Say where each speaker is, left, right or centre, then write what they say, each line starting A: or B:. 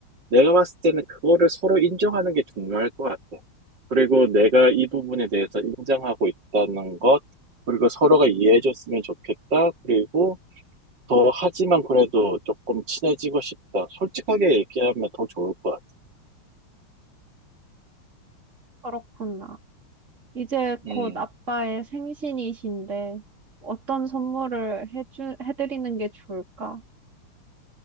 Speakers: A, on the right (about 55°); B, on the right (about 35°).
A: 내가 봤을 때는 그거를 서로 인정하는 게 중요할 것 같아. 그리고 내가 이 부분에 대해서 인정하고 있다는 것, 그리고 서로가 이해해줬으면 좋겠다. 그리고 더 하지만 그래도 조금 친해지고 싶다. 솔직하게 얘기하면 더 좋을 것 같아.
B: 그렇구나. 이제
A: 음.
B: 곧 아빠의 생신이신데 어떤 선물을 해주, 해드리는 게 좋을까?